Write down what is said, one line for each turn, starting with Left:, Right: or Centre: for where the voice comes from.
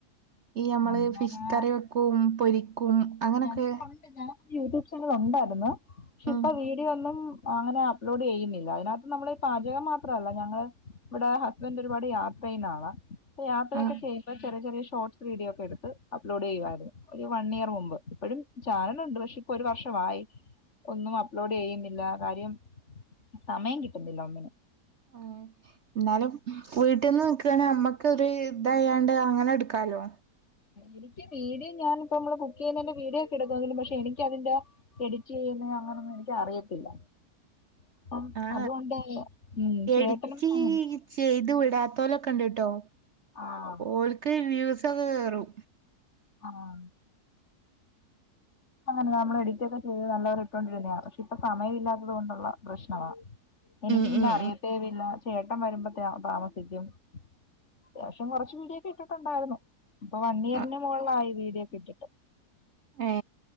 Right: ഈ നമ്മള്
Left: അങ്ങനെ
Right: ഫിഷ് കറി വെക്കും പൊരിക്കും അങ്ങനൊക്കെ
Left: ഞങ്ങൾക്ക് പണ്ട് ഞങ്ങൾക്ക് യൂട്യൂബ് ചാനൽ ഉണ്ടായിരുന്നു പക്ഷെ
Right: ഉം
Left: ഇപ്പൊ വീഡിയോ ഒന്നും അങ്ങനെ അപ്ലോഡ് ചെയ്യുന്നില്ല അതിനകത്ത് നമ്മൾ ഈ പാചകം മാത്രമല്ല ഞങ്ങള് ഇവിടെ ഹസ്ബൻറ് ഒരുപാട് യാത്ര ചെയ്യുന്നാളാ ഇപ്പ യാത്രയൊക്കെ
Right: ആ
Left: ചെയ്യുമ്പോ ചെറിയ ചെറിയ ഷോർട്സ് വീഡിയോ ഒക്കെ എടുത്ത് അപ്ലോഡ് ചെയ്യുവായിരുന്നു ഒരു വൺ ഇയർ മുമ്പ് ഇപ്പഴും ചാനലുണ്ട് പക്ഷേ ഇപ്പൊ ഒരു വർഷമായി ഒന്നും അപ്ലോഡ് ചെയ്യുന്നില്ല കാര്യം സമയം കിട്ടുന്നില്ല ഒന്നിനും
Right: ആഹ് എന്നാലും വീട്ടിൽന്ന് നിക്കുയാണെ നമ്മക്കൊരു ഇതായാണ്ട് അങ്ങനെ എടുക്കാലോ
Left: എനിക്ക് വീഡിയോ ഞാൻ ഇപ്പോ നമ്മള് കുക്ക് ചെയ്യുന്നതിൻ്റ വീഡിയോ ഒക്കെ എടുക്കങ്കിലും പക്ഷെ എനിക്ക് അതിന്റെ എഡിറ്റ് ചെയ്യുന്ന അങ്ങനെയൊന്നും എനിക്ക് അറിയത്തില്ല അപ്പം
Right: ആ
Left: അതുകൊണ്ട് ഉം ചേട്ടനും
Right: എഡിറ്റ്
Left: സമ
Right: ചെയ്ത് വിടാത്തോലൊക്കെ ഉണ്ട്ട്ടോ
Left: ആഹ്
Right: ഓലക്ക് വ്യൂസൊക്കെ കയറും
Left: ആഹ് അങ്ങനെ നമ്മൾ എഡിറ്റ് ഒക്കെ ചെയ്ത് നല്ലപോലെ ഇട്ടുകൊണ്ടിരുന്നെയ പക്ഷേ ഇപ്പൊ സമയില്ലാത്തത് കൊണ്ടുള്ള പ്രശ്നമാണ് എനിക്ക്
Right: ഉം
Left: പിന്നെ
Right: ഉം
Left: അറിയത്തേവില്ല
Right: ഉം
Left: ചേട്ടൻ വരുമ്പോ താമസിക്കും അത്യാശ്യം കുറച്ച് വീഡിയോക്കെ ഇട്ടിട്ടുണ്ടായിരുന്നു ഇപ്പൊ വൺ ഇയറിന്
Right: ആ,
Left: മുകളിലായി വീഡിയോക്കെ ഇട്ടിട്ട്
Right: ഏ